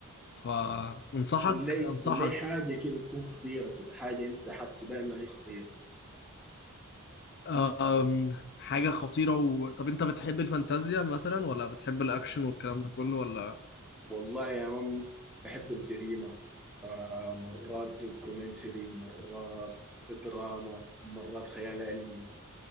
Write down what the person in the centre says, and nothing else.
قول لي
قول لي حاجة كده تكون خطيرة كده حاجة انت حاسس بها انها هي خطيرة
والله يا مان بحب الجريمة آه مرات دوكيومنتري مرات دراما مرات خيال علمي